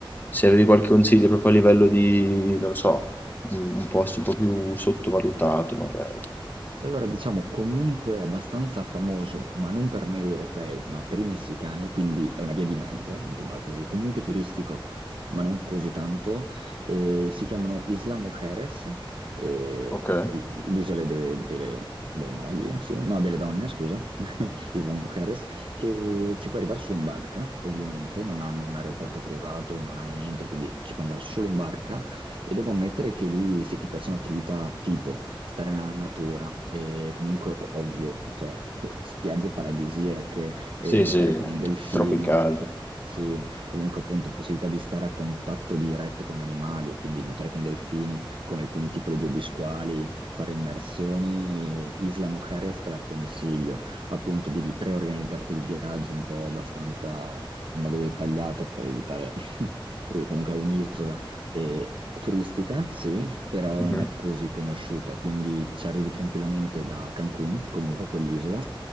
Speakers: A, on the left (about 20°); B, on the right (about 70°).
A: Se avevi qualche consiglio proprio a livello di, non lo so, un un posto un po' più sottovalutato magari.
B: Allora, diciamo comunque abbastanza famoso, ma non per noi europei, ma per i messicani, quindi è una via di mezzo, mettiamola così, comunque turistico, ma non così tanto. Eh, si chiamano Isla Mujeres, eh,
A: Ok.
B: l- l'isole de- delle, delle mogli, sì, no, delle donne, scusa, <laughs> Isla Mujeres, che ci puoi arrivare solo in barca, ovviamente, non hanno un aeroporto privato, non hanno niente, quindi ci puoi andare solo in barca. E devo ammettere che lì, se ti piacciono attività tipo stare nella natura. E comunque, ovvio, cioè, <laughs> spiagge paradisiache, e
A: Sì,
B: nuotare
A: sì,
B: con i Sì. delfini,
A: tropicali.
B: p- sì, comunque appunto possibilità di stare a contatto diretto con animali, quindi nuotare con i delfini, con alcune tipologie di squali, fare immersioni. Isla Mujeres te la consiglio. Appunto, devi preorganizzarti il viaggio un po' abbastanza in modo dettagliato per evitare, <laughs> perché comunque è un'isola eh, turistica, sì, però
A: Mhm.
B: non è così conosciuta, quindi ci arrivi tranquillamente da Cancun, comunque quell'isola,